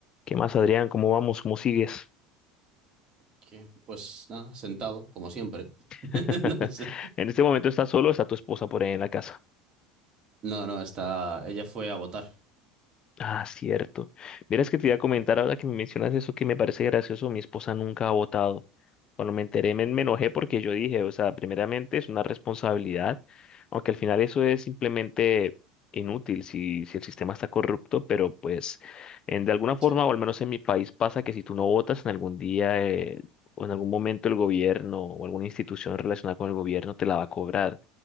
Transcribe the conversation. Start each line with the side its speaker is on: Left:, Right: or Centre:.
Left: ¿Qué más, Adrián? ¿Cómo vamos? ¿Cómo sigues?
Right: Que, pues nada, sentado, como siempre. <laughs>
Left: <laughs>
Right: No sé.
Left: En este momento estás solo, o está tu esposa por ahí en la casa.
Right: No, no, está. Ella fue a votar.
Left: Ah, cierto. Verás que te iba a comentar ahora que me mencionas eso que me parece gracioso, mi esposa nunca ha votado. Cuando me enteré me, me enojé porque yo dije, o sea, primeramente es una responsabilidad, aunque al final eso es simplemente inútil si, si el sistema está corrupto, pero pues en, de alguna forma,
Right: Sí.
Left: o al menos en mi país pasa que si tú no votas en algún día eh, o en algún momento el gobierno o alguna institución relacionada con el gobierno te la va a cobrar.